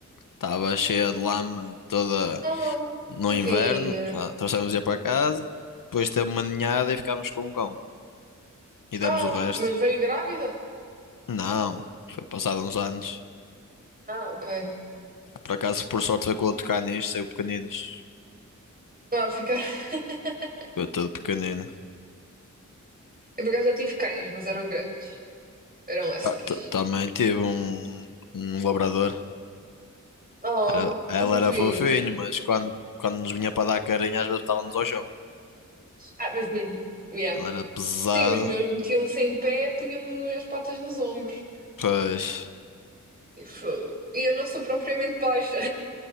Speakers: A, on the left; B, on the right.
A: Estava cheia de lama toda
B: Ah,
A: no
B: tadinha.
A: inverno. Ah, Trouxemos-a para casa. Depois teve uma ninhada e ficámos com um cão. E
B: Ah,
A: demos o resto.
B: mas veio grávida?
A: Não, foi passado uns anos.
B: Ah, ok.
A: Por acaso, por sorte, foi com outro caniche, saiu pequeninos.
B: Vai ficar. <laughs>
A: Eu todo pequenino.
B: Eu por acaso já tive cães, mas eram grandes. Eram huskies.
A: Ah, t- também tive um, um labrador.
B: Oh,
A: Era- ela
B: tão fofinhos.
A: era fofinho, mas quando, quando nos vinha para dar carinho, às vezes estávamos ao chão.
B: Ah, mas, hum, yeah.
A: Ela era pesada,
B: Sim, os meus metiam-se em pé, punham-me as patas nos ombros.
A: pois.
B: E, fo- e eu não sou propriamente baixa,